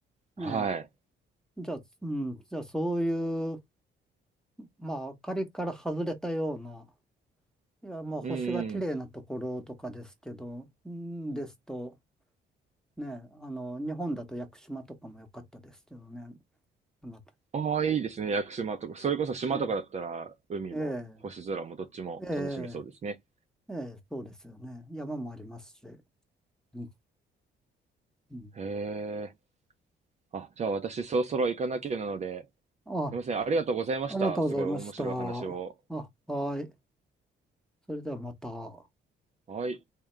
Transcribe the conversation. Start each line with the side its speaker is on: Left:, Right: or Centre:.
Centre: ね
Right: はい。
Centre: え。じゃあ、うん。じゃあ、そういう、まあ、明かりから外れたような、いや、まあ、星が綺麗なところとかですけど、
Right: うんうん。
Centre: うんですと、ねえ、あの、日本だと屋久島とかも良かったですけどね。また
Right: ああ、いいですね。屋久島とか。それこそ島とかだったら海も星空もどっちも楽しめそうですね。
Centre: ええ、ええ、ええええ、そうですよね。山もありますし。うん、うん。
Right: へえ。あ、じゃあ私そろそろ行かなきゃなので、
Centre: あ、
Right: すいません。ありがとうございました。
Centre: ありがとうございました。
Right: すごい面白い話を。
Centre: あ、はい。それではまた。
Right: はい。